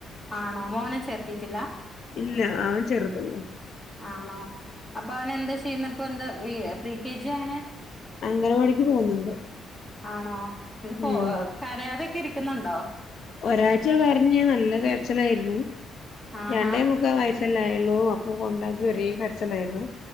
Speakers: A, on the left (about 20°); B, on the left (about 60°).
A: ആണോ മോനെ ചേർത്തിട്ടില്ല.
B: ഇല്ല അവൻ ചെർതല്ലേ.
A: ആണോ അപ്പൊ അവന എന്താ ചെയ്യുന്നപ്പ എന്താ പ്രീ കെ ജി അങ്ങനെ
B: അംഗൻവാടിക്ക് പോകുന്നുണ്ട്.
A: ആണോ ഇത് പോ
B: ഉം
A: കരയാതൊക്കെ ഇരിക്കുന്നുണ്ടോ?
B: ഒരാഴ്ച കരഞ്നല്ല കരച്ചിലായിരുന്നു.
A: ആഹാ
B: രണ്ടേ മുക്കാ വയ <unintelligible> അപ്പൊ കൊണ്ടാക്കി ഒരേ കരച്ചിലായിരുന്നു.